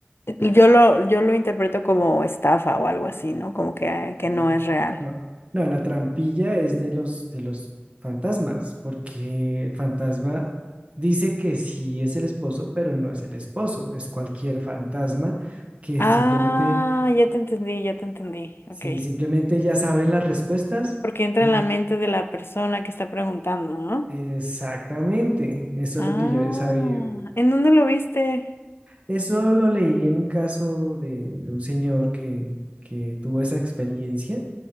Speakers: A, on the left (about 70°); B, on the right (about 30°).
A: yo lo, yo lo interpreto como estafa o algo así, ¿no? Como que, que
B: Mm,
A: no es real.
B: No, no, la trampilla es de los de los fantasmas, porque el fantasma dice que sí es el esposo, pero no es el esposo, es cualquier fantasma que simplemente,
A: Ah, ya te entendí, ya te entendí. Ok.
B: sí simplemente ya sabe las respuestas.
A: Porque entra
B: En-
A: en la mente de la persona que está preguntando, ¿no?
B: Exactamente, eso
A: Ah,
B: es lo que yo he sabido.
A: ¿en dónde lo viste?
B: Eso lo leí en un caso de, de un señor que, que tuvo esa experiencia